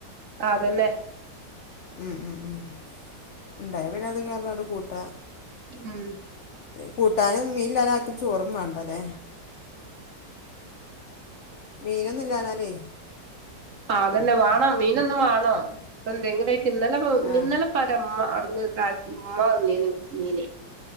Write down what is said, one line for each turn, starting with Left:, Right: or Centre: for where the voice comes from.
Right: തന്നെ
Left: ഉം ഉം ഉം ഉണ്ടായാ പിന്നെ അത് <unintelligible> കൂട്ടാ.
Right: ഉം
Left: കൂട്ടാനും മീൻ ഇല്ലാതെ ആർക്കും ചോറും വേണ്ടാ ല്ലേ? മീനൊന്നും ഇല്ലാന്നാലേ
Right: ആഹ് അതന്നെ വേണം മീനെന്നും വേണം, അപ്പ എന്തെങ്കിലും ആയിട്ട് ഇന്നലെ
Left: ആഹ്
Right: ഇന്നലെ ഇപ്പ ആരാ ഇമ്മ അവിടന്ന് കാ ഉമ്മ തന്നീനി മീന്